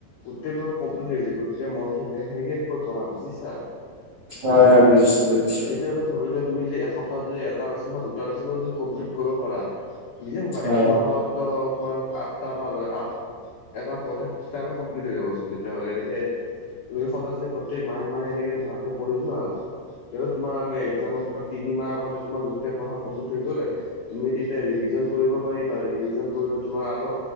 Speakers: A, on the left; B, on the right.
A: গোটেই তোমাৰ কমপ্লিট হৈ যায় গোটেই মনত থাকি যায় সেনেকে কৈ পঢ়া বুজিছা!
B: হয়, হয়, বুজিছোঁ বুজিছোঁ।
A: তেতিয়াহ'লে তুমি যদি এসপ্তাহ যদি এটা লেশ্যন বা দুটা লেশ্যনও যদি কমপ্লিট কৰিব পাৰা নিজে ভাবা
B: হয়
A: এক মাহতো তোমাৰ আঠটা মাহ লয় আঠ এটা এটা কিতাপে কমপ্লিট হৈ যাবচোন তেতিয়াহলে এনেকে তুমি সদায় যে প্ৰত্যেক মাহে মাহে এনেকে ভালকে পঢি যোৱা এই তোমাৰ এক্সামৰ পৰা তিনি মাহ আগতে তোমাৰ গোটেই পঢ়া কমপ্লিট হৈ গ'লে তুমি তেতিয়া ৰিভিজন কৰিব পাৰিবা ৰিভিজন কৰোঁতে তোমাৰ আৰু